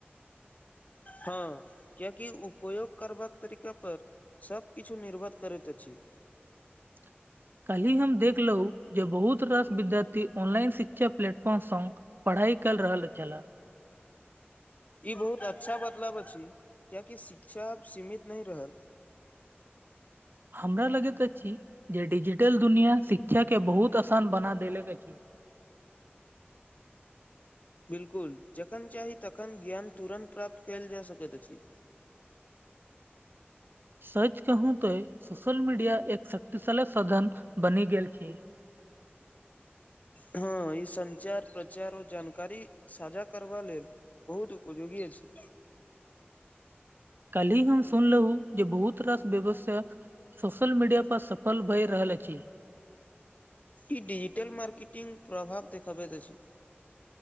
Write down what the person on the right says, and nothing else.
<inaudible> काल्हि हम देखलहु जे बहुत रास विद्यार्थी ऑनलाइन शिक्षा प्लेटफॉर्मसँ पढ़ाइ कल रहल छला।
हमरा लगैत अछी जे डिजिटल दुनिया शिक्षा के बहुत आसान बना देेलक अछि।
सच कहू तो सोशल मीडिया एक शक्तिशाली साधन बनी गेल खी।
काल्हिी हम सुनलहु जे बहुत रास व्यवसा सोशल मीडिया पर सफल भए रहल अछि।